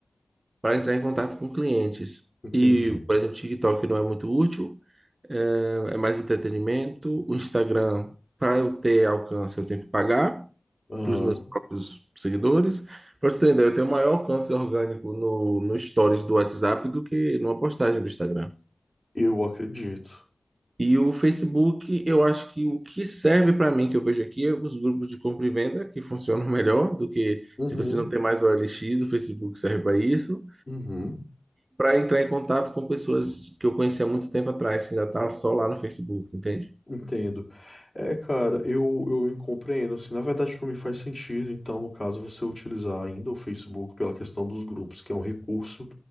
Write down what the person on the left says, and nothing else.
entendi.
Aham,
eu acredito.
Uhum,
uhum.
Entendo. É, cara, eu, eu compreendo, assim, na verdade para mim faz sentido, então, no caso, você utilizar ainda o Facebook pela questão dos grupos, que é um recurso